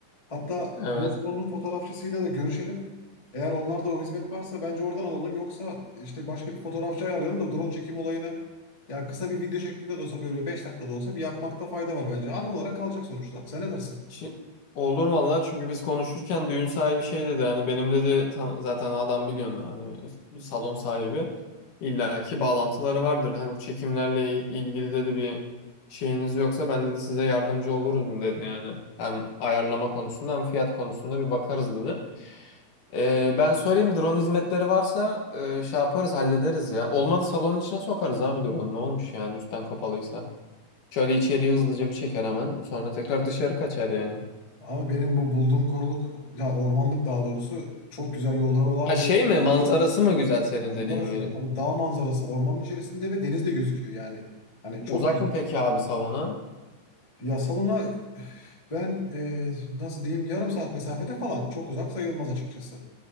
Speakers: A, on the left; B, on the left.
A: Hatta
B: Evet.
A: düğün salonunun fotoğrafçısıyla da görüşelim. Eğer onlarda o hizmet varsa bence oradan alalım. Yoksa işte başka bir fotoğrafçı ayarlayalım da drone çekim olayını ya kısa bir video şeklinde de olsa böyle 5 dakikada olsa bir yapmakta fayda var bence. Anı olarak kalacak sonuçta. Sen ne dersin?
B: Şi- Olur vallahi çünkü biz konuşurken düğün sahibi şey dedi hani benim dedi tan- zaten adam biliyorsun hani salon sahibi illaki bağlantıları vardır. Hani bu çekimlerle il- ilgili dedi bir şeyiniz yoksa ben dedi size yardımcı olurum dedi yani. Hem ayarlama konusunda hem fiyat konusunda bir bakarız dedi. Ee, ben sorayım drone hizmetleri varsa e, şey yaparız hallederiz ya. Olmadı salonun içine sokarız abi drone ne olmuş yani üstten kapalıysa. Şöyle içeriği hızlıca bir çeker hemen sonra tekrar dışarı kaçar yani.
A: Ama benim bu bulduğum koruluk ya ormanlık daha doğrusu çok güzel yolları olan
B: Ha şey
A: bir
B: mi manzarası mı güzel senin
A: manzarası.
B: dediğin yerin?
A: Abi dağ manzarası ormanın içerisinde ve deniz de gözüküyor yani. Hani çok
B: Uzak
A: güzel.
B: mı peki abi salona?
A: Ya salona ben e, nasıl diyeyim yarım saat mesafede falan çok uzak sayılmaz açıkçası.